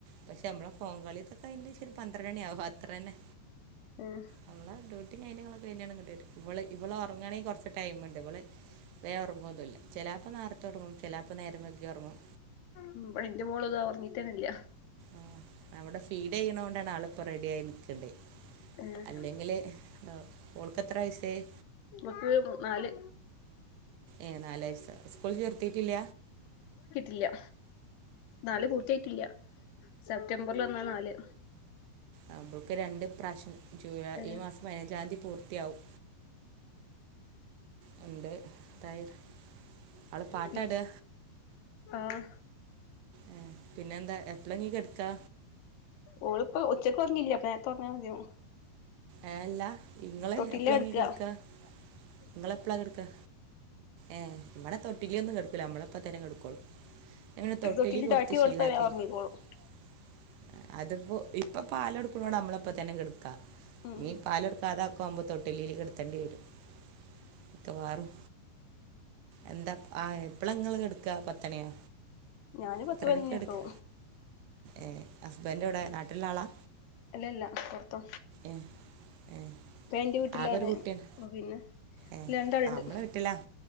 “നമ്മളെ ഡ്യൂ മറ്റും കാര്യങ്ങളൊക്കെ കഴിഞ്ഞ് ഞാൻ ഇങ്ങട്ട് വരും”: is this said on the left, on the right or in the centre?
Right